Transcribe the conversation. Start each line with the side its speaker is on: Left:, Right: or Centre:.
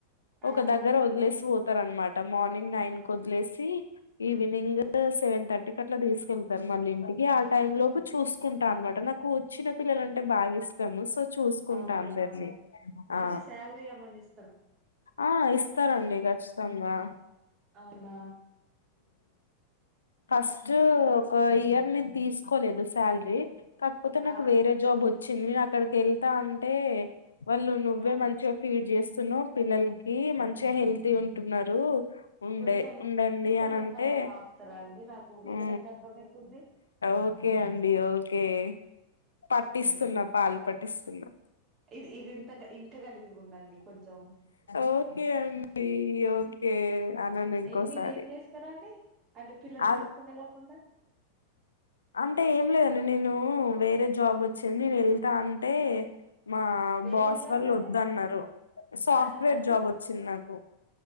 Right: ఆ
Left: ఒక దగ్గర వదిలేసి పోతు త్తరన్నట మార్నింగ్ నైన్ కు వదిలేసి ఈవినింగ్ సెవెన్ థర్టీ టికట్లా తీసుకెళ్తారు మళ్ళీ ఇంటికి ఆ టై లోపు చూసుకుంటా అన్నమాట నాకు చిన్న పిల్లలంటే బాగా ఇష్టము సో చూసుకుంటా
Right: అవునా
Left: అందరినీ ఆ
Right: అంటే శాలరీ ఏమన్నా ఇ
Left: ఆ ఇస్తారండి ఖచ్చితంగా
Right: అవునా
Left: ఫస్ట్ ఒక ఇయర్ నేను తీసుకోలేదు శాలరీ కాకపోతే నాకు
Right: ఆ
Left: వేరే జాబ్ వొ చ్చింది నేను అక్కడికి వెళ్తా అంటే వాళ్ళు నువ్వే
Right: ఆ
Left: మంచిగా ఫీడ్ చేస్ సున్నావ్ పిల్లలకి మంచిగా హెల్ తీ ఉంటున్నారు ఉండే
Right: కొంచెం
Left: ఉండ
Right: కీడ్
Left: డి అనింటే
Right: అనే పదం ఆపుతారా అండి నాకు వేరే
Left: హు
Right: లెక్క అర్థమయితుంది
Left: ఓకే అండి ఓకే ఏ పట్టిస్తున్న
Right: ఉమ్
Left: పాల్ పట్ స్తున్నా
Right: ఇది ఇది ఇంత గ- ఇంకా గలీజుగా ఉందండి కొంచెం
Left: ఓకే అండి ఓకే అనను ఇంకోసారి
Right: ఏ మీరు ఏం చేస్తారండి అంటే పిల్లలు
Left: అ
Right: చూసుకుండే కాకుండా
Left: అంటే ఏం లేదండి నేను ను వేరే జాబ్ వచ్చింది నిను వెళ్తా అంటే మా
Right: వేరే
Left: బాస్
Right: జాబ్
Left: వాళ్ళు
Right: అంటే
Left: వద్దన్నారు సాఫ్ట్వేర్
Right: ఆన్ అంటే
Left: జాబ్ వచ్చింది నాకు